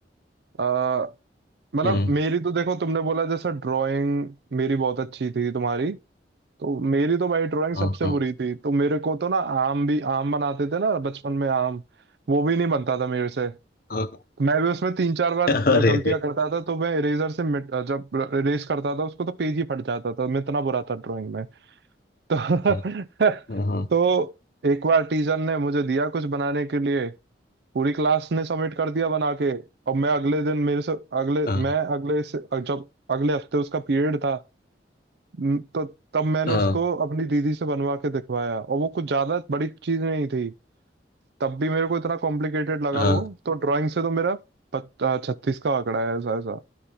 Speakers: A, on the right (about 60°); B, on the left (about 50°).
A: अ, मतलब
B: हम्म,
A: मेरी तो देखो तुमने बोला जैसा ड्राइंग मेरी बहुत अच्छी थी तुम्हारी तो मेरी तो भाई ड्राइंग
B: हाँ
A: सबसे
B: हाँ
A: बुरी थी तो मेरे को तो ना आम भी आम बनाते थे ना बचपन में आम वो भी नहीं बनता था मेरे से
B: हाँ, हाँ,
A: मैं भी उसमें तीन चार बार
B: अरे
A: ग- गलतियां करता था तो मैं इरेजर से मिट जब इरेज करता था उसको तो पेज ही फट जाता था मैं इतना बुरा था ड्राइंग में तो
B: हाँ
A: <laughs>
B: हाँ
A: तो एक बार टीचर ने मुझे दिया कुछ बनाने के लिए पूरी क्लास ने सबमिट कर दिया बना के और मैं अगले दिन मेरे से अगले
B: हाँ
A: मैं अगले से जब अगले हफ्ते उसका पीरियड था म, तो तब मैंने
B: हाँ
A: उसको अपनी दीदी से बनवा के दिखवाया और वो कुछ ज्यादा बड़ी चीज नहीं थी तब भी मेरे को इतना कॉम्प्लिकेटेड लगा
B: हाँ,
A: वो तो ड्राइंग से तो मेरा छत्तीस का आंकड़ा है ऐसा ऐसा